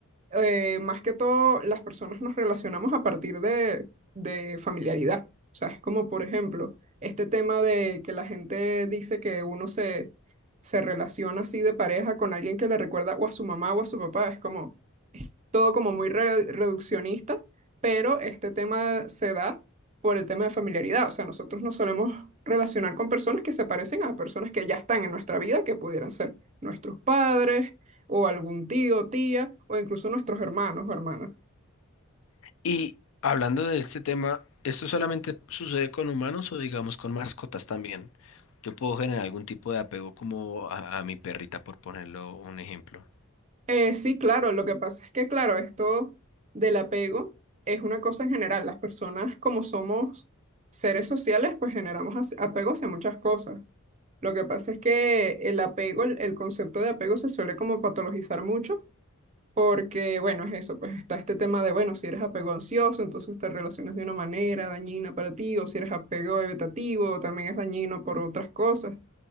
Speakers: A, on the right; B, on the left.
A: eh, más que todo, las personas nos relacionamos a partir de, de familiaridad. O sea, es como, por ejemplo, este tema de que la gente dice que uno se, se relaciona así de pareja con alguien que le recuerda o a su mamá o a su papá. Es como, es todo como muy re- reduccionista, pero este tema se da por el tema de familiaridad. O sea, nosotros nos solemos relacionar con personas que se parecen a personas que ya están en nuestra vida, que pudieran ser nuestros padres o algún tío, tía, o incluso nuestros hermanos o hermanas.
B: Y hablando de este tema, ¿esto solamente sucede con humanos o digamos con mascotas también? Yo puedo generar algún tipo de apego como a, a mi perrita, por ponerlo un ejemplo.
A: Eh, sí, claro, lo que pasa es que, claro, esto del apego es una cosa en general. Las personas, como somos seres sociales, pues generamos as- apego hacia muchas cosas. Lo que pasa es que el apego, el, el concepto de apego se suele como patologizar mucho, porque, bueno, es eso, pues está este tema de, bueno, si eres apego ansioso, entonces te relacionas de una manera dañina para ti, o si eres apego evitativo, también es dañino por otras cosas.